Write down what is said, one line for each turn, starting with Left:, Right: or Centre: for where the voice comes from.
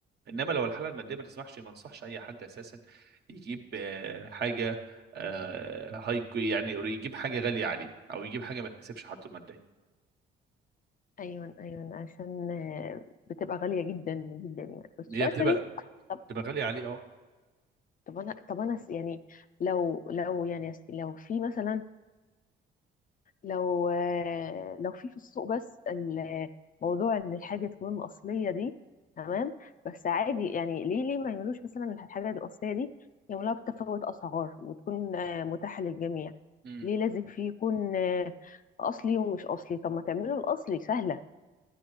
Right: انما لو الحاله الماديه ما تسمحش ما انصحش اي حد اساسا يجيب آه، حاجه آه، هاي يعني يجيب حاجه غاليه عليه او يجيب حاجه ما تناسبش حالته الماديه
Left: ايوه ايوه عشان آه، بتبقى غاليه جدا جدا يعني بس
Right: هي
Left: مش عارفه
Right: بتبقى
Left: ليه طب
Right: تبقى غالية عليه اه
Left: طب انا طب انا س- يعني لو لو يعني س- لو في مثلا لو آه، لو في في السوق بس الموضوع ان الحاجه تكون اصليه دي تمام بس عادي يعني ليه ليه ما يعملوش مثلا الحاجه الاصليه دي يعملوها بتفاوت اسعار وتكون آه، متاحه للجميع
Right: امم
Left: ليه لازم في يكون آه، اصلي ومش اصلي طب ما تعملوا الاصلي سهله